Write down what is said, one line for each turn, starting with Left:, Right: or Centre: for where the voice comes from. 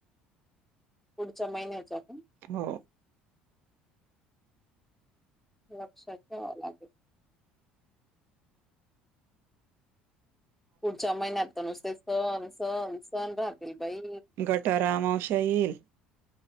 Centre: पुढच्या महिन्याचा पण
Right: हो
Centre: लक्षात घ्यावं लागेल. पुढच्या महिन्यात तर नुसते सण सण सण राहतील बाई
Right: गटार अमावस्या येईल.